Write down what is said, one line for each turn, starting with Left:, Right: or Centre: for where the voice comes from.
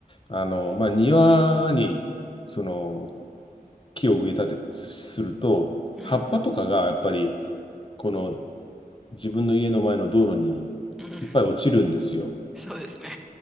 Left: あの、まあ、庭に、その、木を植えたりすると、
Centre: うん
Left: 葉っぱとかがやっぱり、この自分の家の前の道路に
Centre: うん。うん。
Left: いっぱい落ちるんですよ。
Centre: そうですね。